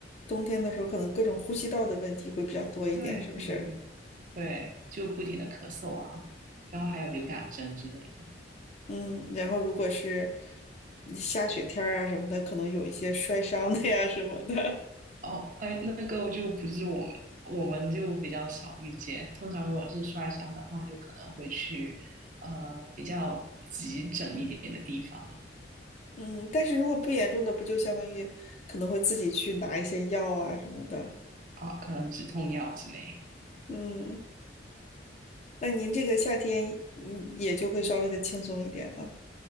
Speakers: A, on the left; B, on the right.
A: 冬天的时候可能各种呼吸道的问题会比较多一点，
B: 对对对对对，
A: 是不是？
B: 就不停的咳嗽啊，然后还有流感针之类的。
A: 嗯，然后如果是下雪天儿啊什么的，可能有一些摔伤的呀什么的。
B: 哦，哎，那个就不是我们，我们就比较少遇见。通常如果是摔伤的话，就可能会去呃比较急诊一点的地方
A: 嗯，但是如果不严重的，不就相当于可能会自己去拿一些药啊什么的。
B: 啊，可能止痛药之类。
A: 嗯，那您这个夏天，嗯，也就会稍微的轻松一点了。